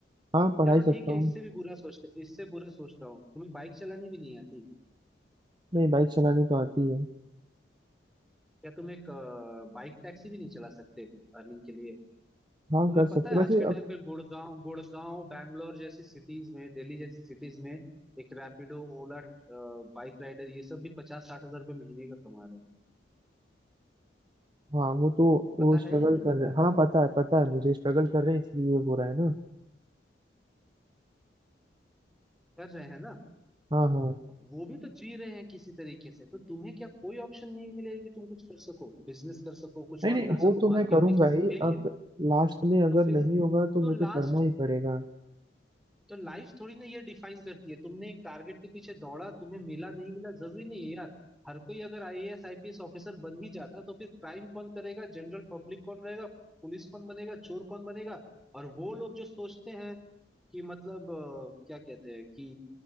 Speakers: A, on the right; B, in the centre.
A: हाँ पढ़ा
B: चलो
A: ही सकता
B: ठीक है
A: हूँ
B: इससे भी बुरा सोचते इससे बुरा सोचता हूँ तुम्हें बाइक चलानी भी नहीं आती
A: नहीं बाइक चलाने तो आती है
B: क्या तुम एक बाइक टैक्सी भी नहीं चला सकते अर्निंग के लिए
A: हाँ
B: तुम्हें
A: कर सकते
B: पता है आज
A: वैसे
B: के टाइम पे गुड़गांव गुड़गांव बैंगलोर जैसी सिटीज में दिल्ली जैसी सिटीज में एक रैपिडो ओला बाइक राइडर ये सब भी पचास साठ हजार रुपये महीने का कमा रहे हैं
A: हाँ वो तो
B: पता
A: वो स्ट्रगल
B: है या नहीं
A: कर
B: पता
A: रहे
B: है
A: हैं हाँ पता है पता है मुझे स्ट्रगल कर रहे हैं इसलिए ये हो रहा है ना
B: कर रहे हैं ना
A: हाँ हाँ
B: तो वो भी तो जी रहे हैं किसी तरीके से तो तुम्हें क्या कोई ऑप्शन नहीं मिलेगा कि तुम कुछ कर सको बिजनेस कर सको कुछ
A: नहीं नहीं
B: और कर
A: वो
B: सको
A: तो
B: मार्केट
A: मैं करूंगा
B: में क्या
A: ही
B: सिर्फ यही
A: अब
B: है
A: लास्ट में अगर
B: तो फिर
A: नहीं होगा तो
B: तो
A: वो
B: लास्ट
A: तो करना ही पड़ेगा
B: तो लाइफ थोड़ी ना ये डिफाइन करती है तुमने एक टारगेट के पीछे दौड़ा तुम्हें मिला नहीं मिला जरूरी नहीं है यार हर कोई अगर आईएएस आईपीएस ऑफिसर बन ही जाता तो फिर क्राइम कौन करेगा जनरल पब्लिक कौन रहेगा पुलिस कौन बनेगा चोर कौन बनेगा और वो लोग जो सोचते हैं कि मतलब अ, क्या कहते हैं कि